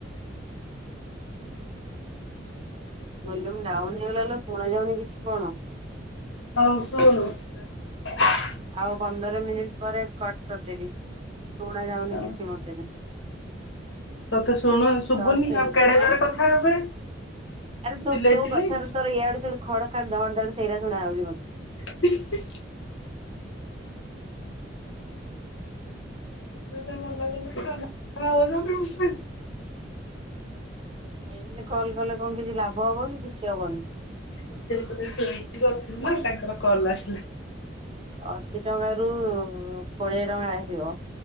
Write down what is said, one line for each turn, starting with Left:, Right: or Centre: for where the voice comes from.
Left: ସେମିତି ତୋର ଝିଅ <unintelligible>
Right: ଭଲ୍ୟୁମ ଡାଉନ ହେଇଗଲା ଲୋ ଶୁଣା ଯାଉନି କିଛି କଣ?
Left: ହଉ ଶୁଣୁ। ସାତ।
Right: ଆଉ ପନ୍ଦର ମିନିଟ ପରେ କଟ କରିଦେବି ଶୁଣା ଯାଉନି
Left: ଆଉ
Right: କିଛି ମତେ ବି।
Left: ତତେ ଶୁଣୁ
Right: ଦଶ
Left: ଶୁଭୁନି
Right: ଦଶ ହେଇଯାଉ
Left: ଆଉ କେଡେ
Right: ଆଁ।
Left: ଜୋରେ କଥା ହେବେ।
Right: ଆରେ ତୁ
Left: ଚିଲେଇ
Right: ତୋ
Left: ଚିଲେଇ।
Right: କଥାରେ ତୋର ଇଆଡେ ସିଆଡ଼େ ଖଡ ଖାଡ ଧଡ ଧାଡ ସେଇରା ଶୁଣା ହଉଛି ମୋତେ।
Left: ହି ହି। <unintelligible>
Right: ଆଁ ଏମିତି କଲ୍ କଲେ କଣ କିଛି ଲାଭ ହବ କି କିଛି ହବନି?
Left: ମୁଁ ସେଇପଟେ ଶୋଇକି କରିଥିଲି ମୁଇଁ ତାଙ୍କର କଲ୍ ଆସିଲା।
Right: ଅଶୀ ଟଙ୍କା ରୁ କୋଡିଏ ଟଙ୍କା ଆସିବ।